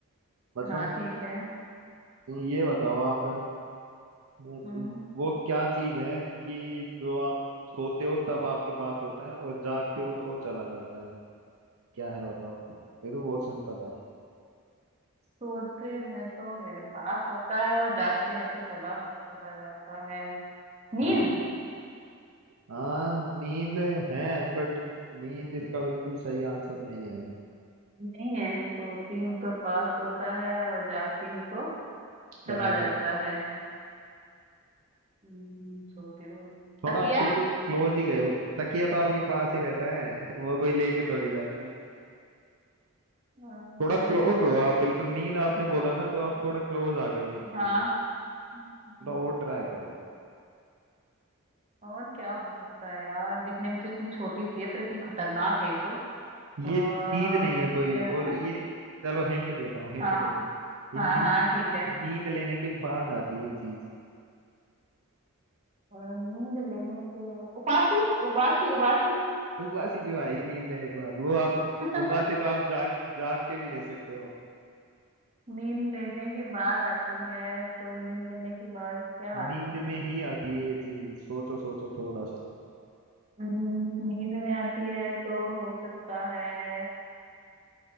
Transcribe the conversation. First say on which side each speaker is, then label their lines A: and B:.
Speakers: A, on the right; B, on the right.
A: मतलब
B: हाँ ठीक है
A: ये बताओ आप वो
B: हम्म
A: वो क्या चीज है कि जो आप सोते हो तब आपके पास होता है और जागते हो तो वो चला जाता है क्या है बताओ ये तो बहुत सिंपल है
B: सोते हैं तो मेरे पास होता है और जागते हैं तो चला चला जाता है नींद
A: हाँ। हाँ नींद है बट नींद इसका बिल्कुल सही आंसर नहीं है
B: नहीं है सोती हूँ तो पास होता है और जागती हूँ तो चला
A: चला
B: जाता
A: जाए
B: है हम्म, सोते हो
A: थोड़ा
B: तकिया
A: आप बिल्कुल क्लोज ही गए हो तकिया तो आपके पास ही रहता है <laughs> वो कोई लेके थोड़ी जाता है
B: हाँ,
A: थोड़ा
B: तो
A: क्लोज
B: ये हो
A: हो
B: सकता
A: आप बिल्कुल नींद आपने बोला ना तो आप
B: है
A: थोड़ा क्लोज आ गए बिल्कुल
B: हाँ
A: उस
B: हम्म,
A: थोड़ा और ट्राई करो
B: और क्या हो सकता है यार दिखने में तो इतनी छोटी सी है पर इतनी खतरनाक है ये तो
A: ये
B: और
A: चीज नहीं है कोई
B: क्या
A: और ये चलो हिंट देता हूँ हिंट
B: हाँ
A: देता हूँ ये
B: हाँ
A: नी,
B: हाँ ठीक है
A: नींद लेने के बाद आती है ये चीज
B: और नींद लेने के उबासी उबासी उबासी
A: उबासी क्यों आएगी नींद लेने के बाद वो आप
B: <laughs>
A: उबासी तो आप जाग जाग के भी ले सकते हो
B: नींद लेने के बाद आती है तो नींद लेने के बाद क्या
A: नींद
B: आती
A: में ही
B: है
A: आती है ये चीज सोचो सोचो थोड़ा सा
B: हम्म, नींद में आती है तो हो सकता है